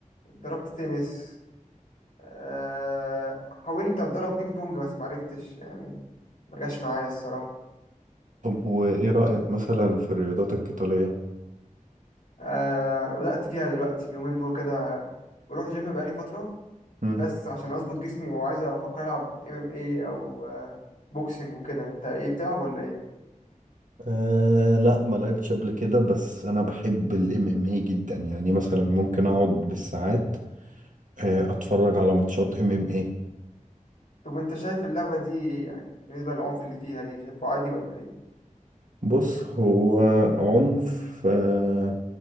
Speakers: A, on the left (about 75°); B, on the right (about 70°).
A: ضربت تنس أه حاولت اتدرب بينج بونج بس معرفتش يعني ما جاش معايا الصراحة
B: طب وايه رأيك مثلا في الرياضات القتالية؟
A: أه بدأت فيها دلوقتي اليومين دول كده بروح جيم بقالي فترة
B: مم.
A: بس عشان اظبط جسمي وعايز افكر العب ام ام اي او آه، بوكسنج وكده انت ايه بتلعب ولا ايه
B: آه لا ما لعبتش قبل كده بس انا بحب الام ام اي جدا يعني مثلا ممكن اقعد بالساعات آه اتفرج على ماتشات ام ام اي
A: طب وانت شايف اللعبة دي ايه يعني بالنسبة للعنف اللي فيها دي شايفه عادي ولا ايه
B: بص هو عنف آه